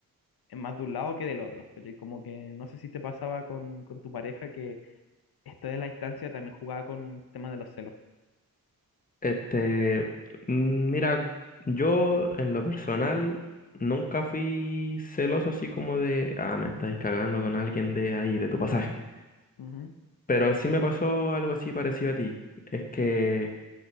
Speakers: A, on the left; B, on the left.
A: en más de un lado que del otro, ¿cachai? Como que no sé si te pasaba con, con tu pareja que esto de la distancia también jugaba con el tema de los celos.
B: Este, mm, mira, yo en lo personal nunca fui celoso así como de, ah, me estáis cagando con alguien de ahí, de tu pasaje.
A: Ujú,
B: Pero sí me pasó algo así parecido a ti. Es que